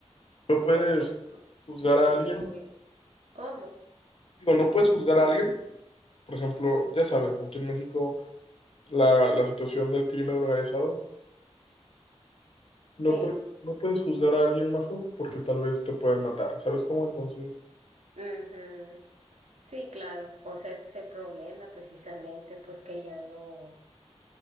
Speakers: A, on the left (about 60°); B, on the right (about 80°).
A: No puedes
B: porque nuestro
A: juzgar a
B: nuestro
A: alguien,
B: gobierno, ¿cómo?
A: digo, no puedes juzgar a alguien. Por ejemplo, ya sabes, aquí en México la, la situación del crimen organizado. No
B: Sí,
A: puedes, no puedes juzgar a alguien, majo, porque tal vez te pueden matar. ¿Sabes cómo? Entonces,
B: ujú. Sí, claro, o sea, ese es el problema precisamente, pues que ya no,